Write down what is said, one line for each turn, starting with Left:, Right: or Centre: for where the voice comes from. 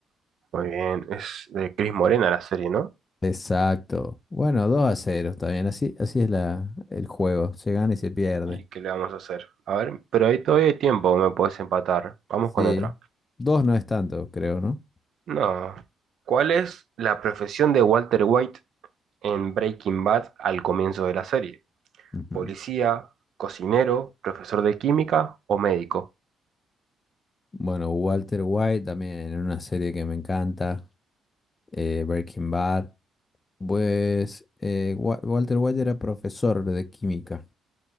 Right: Muy bien, es de Cris Morena la serie, ¿no?
Left: Exacto. Bueno, dos a cero, está bien. Así, así es la, el juego. Se gana y se pierde.
Right: ¿Y qué le vamos a hacer? A ver, pero ahí todavía hay tiempo, me podés empatar. Vamos
Left: Sí.
Right: con otra.
Left: dos no es tanto, creo, ¿no?
Right: No. ¿Cuál es la profesión de Walter White en Breaking Bad al comienzo de la serie?
Left: Ujú.
Right: ¿Policía, cocinero, profesor de química o médico?
Left: Bueno, Walter White también en una serie que me encanta, eh, Breaking Bad. Pues eh, Wa- Walter White era profesor de química.